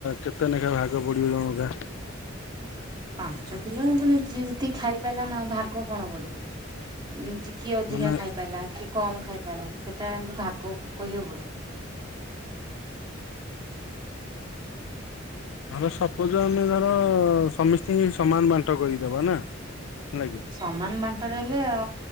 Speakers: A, on the left; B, on the right.
A: କେତେ ଲେଖା ଭାଗ ପଡିବ ଜଣକା?
B: ପାଞ୍ଚ କିଲୋ ମାନେ, ଯିଏ ଯେତିକି ଖାଇ ପାରିଲ ନା ଭାଗ କଣ ପଡିବ। ଚି କିଏ ଅଧିକା
A: ମାନେ
B: ଖାଇ ପାରିଲା। କମ ଖାଇ ପାରିଲାଣି, ସେଟା ଏମତି ଭାଗ କହିହେବକି?
A: ଧର ସପୋଜ ଆମେ ଧର ସମସ୍ତଙ୍କୁ ସମାନ ବାଣ୍ଟ କରିଦବା ନା? ହେଲା କି
B: ସମାନ ବାଣ୍ଟରେ ହେଲେ ଆ